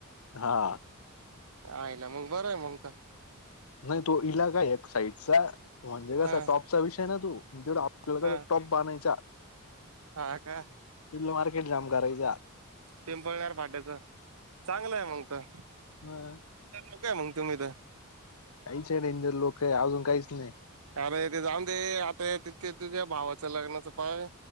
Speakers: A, on the left; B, on the right.
A: हा
B: <inaudible> आईला मग बरं आहे मग त
A: नाही तो इला काय एक साईडचा म्हणजे कसा
B: हा
A: टॉपचा विषय ना तो आपल्याला
B: हा
A: कसप प बायच्या
B: हा का?
A: त मार्केट जाम करायचात
B: पिंपळण्या फाट्याच चांगलं आहे मग त
A: मग
B: <unintelligible> काय मग तुम्ही तर
A: काहीच आहे डेंजर लोक आहे अजून काहीच नाही.
B: अरे ते जाणते आता तिथके तुझ्या भावाच लग्नाचं पाय